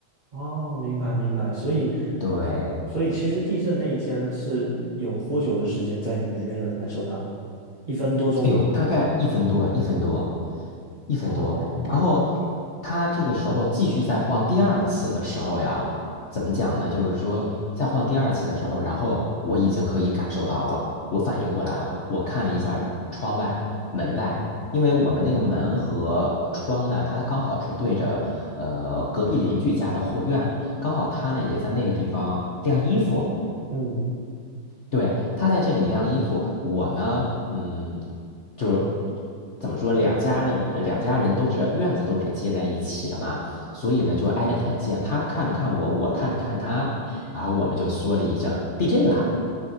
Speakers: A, on the right; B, on the left.
A: 哦，明白明白，所以，
B: 对，
A: 所以其实地震那一天是有多久的时间在你们那边能感受到？一分多钟吗？
B: 哎呦，大概一分多，一分多，一分多。
A: 哦，
B: 然后他这个时候继续再晃第二次的时候呀，怎么讲呢？就是说再晃第二次的时候，然后我已经可以感受到了，我反应过来了。我看了一下窗外、门外，因为我们那个门和窗呢，它刚好是对着呃隔壁邻居家的后院，刚好他呢也在那个地方晾衣服。
A: 嗯
B: 对，他在这里晾衣服，我呢，嗯，就是怎么说，两家人，呃两家人都是院子都是接在一起的嘛，所以呢就挨得很近。他看了看我，我看了看他，然后我们就说了一声地震了。”